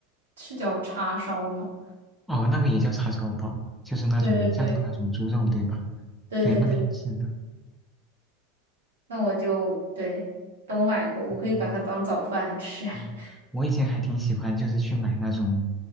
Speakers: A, on the right; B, in the centre.
A: 是叫叉烧吗？
B: 哦，那个也叫叉烧包，就是那种酱的那种猪肉，
A: 对对对
B: 对吧？
A: 对对对，
B: 对，那个也是的。
A: 那我就对都买过，我可以把它当早饭吃。
B: 哦哦，
A: <laughs>
B: 我以前还挺喜欢，就是去买那种